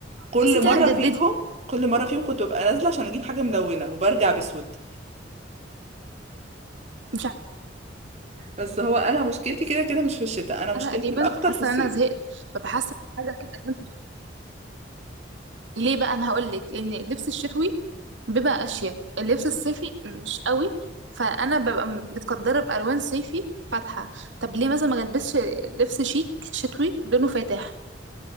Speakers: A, on the right; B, on the right.
A: كل
B: تحسي انت
A: مره
B: هتجددي
A: فيهم كل مره فيهم كنت ببقى نازله عشان اجيب حاجه ملونه وبرجع بسود
B: مش
A: بس هو انا مشكلتي كده كده مش في الشتاء انا مشكلتي
B: عارفه تقريبا
A: الاكتر
B: حاسه
A: في الصيف
B: ان انا زهقت فبحس عايزه اجيب ألوان ليه بقى انا هقول لك ان اللبس الشتوي بيبقى اشيك اللبس الصيفي مش قوي فانا ببقى م- متقدره بالوان صيفي فاتحه طب ليه مثلا ما البسش لبس شيك شتوي لونه فاتح